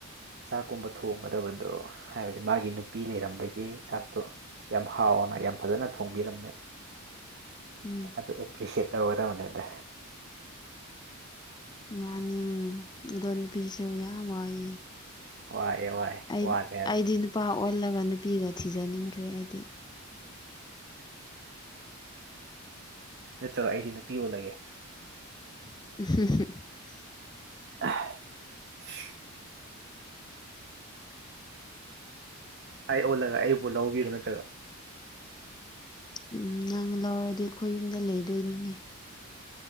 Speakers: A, on the right; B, on the left.
A: ꯆꯥꯛꯀꯨꯝꯕ ꯊꯣꯡꯒꯗꯕꯗꯣ ꯍꯥꯏꯕꯗꯤ ꯃꯥꯒꯤ ꯅꯨꯄꯤ ꯂꯩꯔꯝꯕꯒꯤ ꯆꯥꯛꯇꯣ ꯌꯥꯝ ꯍꯥꯎꯅ ꯌꯥꯝ ꯐꯖꯅ ꯊꯣꯡꯕꯤꯔꯝꯃꯦ
B: ꯎꯝ
A: ꯑꯗꯨ ꯑꯦꯄ꯭ꯔꯤꯁꯦꯠ ꯇꯧꯒꯗꯕꯅꯦ ꯑꯗ
B: ꯎ ꯑ ꯗꯣꯟ ꯄꯤꯁ ꯌꯥ ꯏ
A: ꯋꯥꯑꯦ ꯋꯥꯑꯦ
B: ꯑꯩ
A: ꯋꯥꯗꯦ ꯍꯥꯏꯔꯗꯤ
B: ꯑꯩꯗꯤ ꯅꯨꯄꯥ ꯑꯣꯜꯂꯒ ꯅꯨꯄꯤꯒ ꯊꯤꯖꯅꯤꯡꯈ꯭ꯔꯦ ꯑꯩꯗꯤ
A: ꯅꯠꯇ꯭ꯔꯒ ꯑꯩꯗꯤ ꯅꯨꯄꯤ ꯑꯣꯣꯜꯂꯒꯦ
B: <unintelligible>
A: <unintelligible> ꯑꯩ ꯑꯣꯜꯂꯒ ꯑꯩ ꯄꯣ ꯂꯧꯕꯤꯔꯣ ꯅꯠꯇ꯭ꯔꯒ
B: ꯎꯝ ꯅꯪ ꯂꯧꯔꯗꯤ ꯑꯩꯈꯣꯏ ꯌꯨꯝꯗ ꯂꯩꯗꯣꯏꯅꯤꯅꯦ